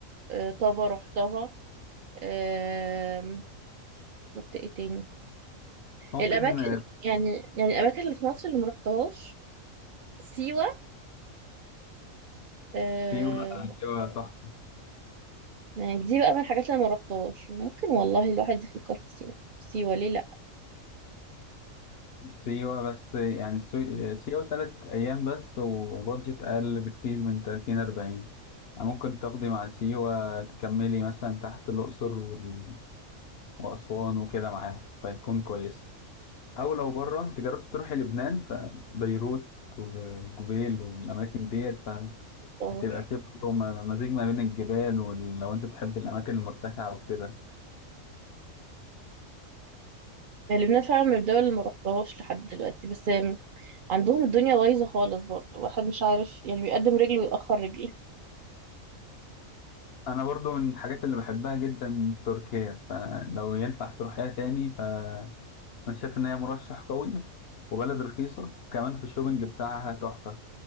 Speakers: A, on the right; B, on the left.
A: آه، طابا رحتها آم، رحت ايه تاني
B: ممكن
A: الاماكن يعني يعني الاماكن اللي في مصر اللي ما رحتهاش سيوه آه
B: سيوة سيوة تحفة
A: يعني دي بقى من الحاجات اللي ما رحتهاش ممكن والله الواحد يفكر في سيوه سيوه ليه لا
B: سيوة بس يعني سو- سيوة تلات أيام بس وبادجت أقل بكتير من تلاتين أربعين يعني ممكن تاخدي مع سيوة تكملي مثلا تحت الأقصر وال- وأسوان وكده معاهم فيكون كويس أو لو بره أنت جربت تروحي لبنان فبيروت وجبيل والأماكن ديت فهتبقى
A: رحتهاش
B: فيه برضه م- مزيج ما بين الجبال ولو أنت بتحب الأماكن المرتفعة وكده
A: يعني لبنان فعلا من الدول اللي ما رحتهاش لحد دلوقتي بس آم، عندهم الدنيا بايظه خالص برضه الواحد مش عارف يعني بيقدم رجل ويأخر رجل
B: أنا برضه من الحاجات اللي بحبها جدا تركيا فلو ينفع تروحيها تاني ف انا شايف ان هي مرشح قوي وبلد رخيصه كمان في الشوبينج بتاعها تحفه